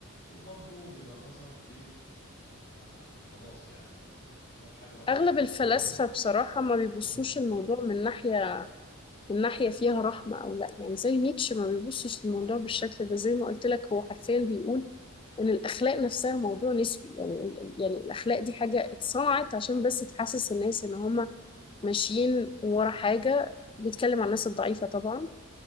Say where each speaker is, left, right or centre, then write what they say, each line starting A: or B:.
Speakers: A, on the left; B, on the left.
A: وبرضو يبقى مثلا في إن خلاص يعني لو حاجة مثلا
B: اغلب
A: بتضرني
B: الفلاسفه بصراحه ما بيبصوش
A: مم.
B: الموضوع من ناحيه من ناحيه فيها رحمه او لا يعني زي نيتشه ما بيبصش للموضوع بالشكل ده زي ما قلت لك هو حرفيا بيقول ان الاخلاق نفسها موضوع نسبي يعني ال- ال- يعني الاخلاق دي حاجه اتصنعت عشان بس تحسس الناس ان هم ماشيين ورا حاجه بيتكلم عن الناس الضعيفه طبعا